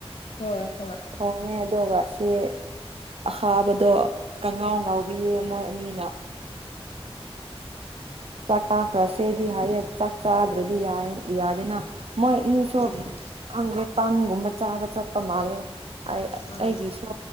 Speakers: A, on the left (about 75°); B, on the right (about 70°).
A: ꯍꯣꯏ ꯍꯣꯏ
B: ꯊꯣꯡꯉꯦ ꯑꯗꯨꯒ ꯁꯤ ꯑꯍꯥꯕꯗꯣ ꯀꯉꯥꯎ ꯉꯥꯎꯕꯤꯌꯦ ꯃꯣꯏ ꯑꯅꯤꯅ ꯆꯥꯛ ꯆꯥꯛꯈ꯭ꯔꯁꯦꯗꯤ ꯍꯥꯏꯌꯦ ꯆꯥꯛ ꯆꯥꯗ꯭ꯔꯗꯤ ꯌꯥꯗꯦꯅ ꯃꯣꯏ ꯑꯅꯤꯁꯨ
A: ꯎꯝ
B: ꯈꯪꯗꯦ ꯄꯥꯟꯒꯨꯝꯕ ꯆꯥꯕ ꯆꯠꯄ ꯃꯥꯜꯂꯦ ꯑꯩ
A: ꯎꯝ
B: ꯑꯩꯒꯤꯁꯨ